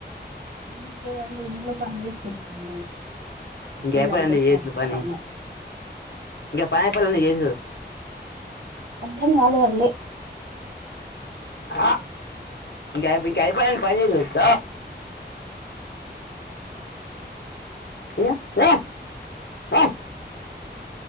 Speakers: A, on the right; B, on the left.
A: ఏం లే ఇంట్లో పనిేస్తున్నాండి
B: ఇంక
A: ఇల్ంత
B: అయిపోలేదండి
A: స్ర్దిట్ను
B: చేసుడు పని ఇంకా పాయ పల్లన్న చేస
A: ఇం కాలేదండి
B: హ ఇంకా ఇంకా అపో పని వచ్చ అయా ర